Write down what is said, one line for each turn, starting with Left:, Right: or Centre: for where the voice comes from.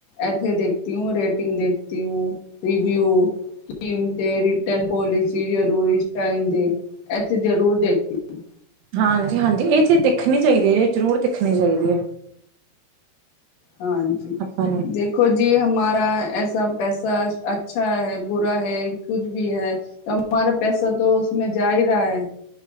Left: ਇੱਥੇ ਦੇਖਤੀ ਹੂੰ, ਰੇਟਿੰਗ ਦੇਖਤੀ ਹੂੰ, ਰਿਵਿਊ ਸਕੀਮ ਤੇ ਰਿਟਰਨ ਪੋਲਸੀ ਜ਼ਰੂਰੀ ਚਾਹੀਦੇ ਇਥੇ ਜ਼ਰੂਰ ਦੇਖੀ ਹਮ
Right: ਹਾਂਜੀ, ਹਾਂਜੀ ਇਹ ਚੀਜ਼ ਦੇਖਣੀ ਚਾਹੀਦੀ ਹੈ ਜ ਜ਼ਰੂਰ ਦੇਖਣੀ ਚਾਹੀਦੀ ਹੈ।
Left: ਹਾਂਜੀ, ਦੇਖ
Right: ਆਪਾਂ ਨੂੰ
Left: ਦੇਖੋ ਜੀ ਹਮਾਰਾ ਐਸਾ ਪੈਸਾ ਅੱਛਾ ਹੈ ਬੁਰਾ ਹੈ ਕੁਝ ਵੀ ਹੈ ਹਮਾਰਾ ਪੈਸਾ ਤਾਂ ਉਸਮੇ ਜਾ ਹੀ ਰਿਹਾ ਹੈ।